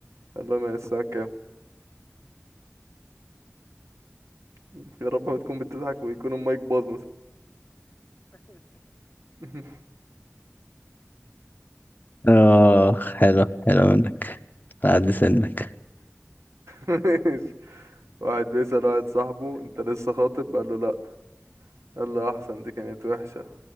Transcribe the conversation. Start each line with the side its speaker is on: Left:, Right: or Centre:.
Right: قال لهم يعني الساعة كام <laughs> يا رب ما تكون بتضحك ويكون المايك باظ مثلا <laughs>
Left: اه حلو حلو منك على قد سنك
Right: ماشي. واحد بيسأل واحد صاحبه انت لسه خاطب قال له لا قال له احسن دي كانت وحشة